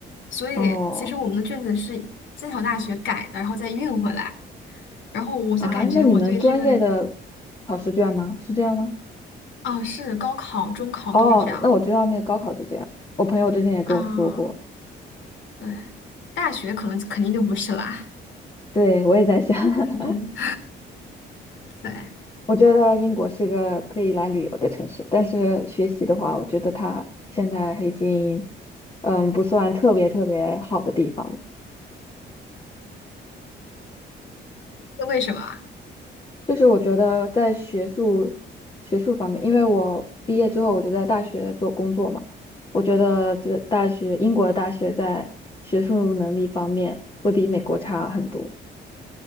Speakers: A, on the left (about 70°); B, on the left (about 25°).
A: 所以其实我们的卷子是剑桥大学改的，
B: 哦，
A: 然后再运回来。然后我就感觉我对这个，
B: 啊，那你们专业的考试卷吗？是这样吗？
A: 啊，是高考、中考都是这样
B: 哦，那我知道那个高考是这样，我朋友之前也跟我说过。
A: 啊，对，大学可能肯定就不是啦，
B: 对，我也在想，<laughs>
A: <laughs> 嗯，对，
B: 我觉得英国是一个可以来旅游的城市，但是学习的话，我觉得它现在已经，嗯，不算特别特别好的地方了。
A: 这为什么啊
B: 就是我觉得在学术学术方面，因为我毕业之后我就在大学做工作嘛，我觉得这大学英国的大学在学术能力方面会比美国差很多。